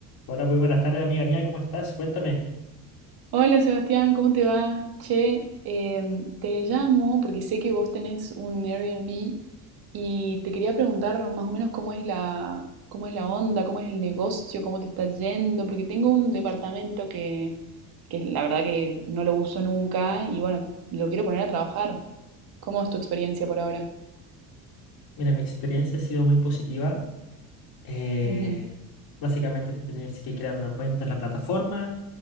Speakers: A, on the left; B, on the right.
A: Hola, muy buenas tardes, amiga mía, ¿cómo estás? Cuéntame.
B: Hola Sebastián, ¿cómo te va? Che, em, te llamo porque sé que vos tenés un Airbnb y te quería preguntar más o menos cómo es la, cómo es la onda, cómo es el negocio, cómo te está yendo, porque tengo un departamento que, que la verdad que no lo uso nunca y bueno, lo quiero poner a trabajar. ¿Cómo es tu experiencia por ahora?
A: Mira, mi experiencia ha sido muy positiva. Eh,
B: Ujú.
A: básicamente te tienes que crear una cuenta en la plataforma,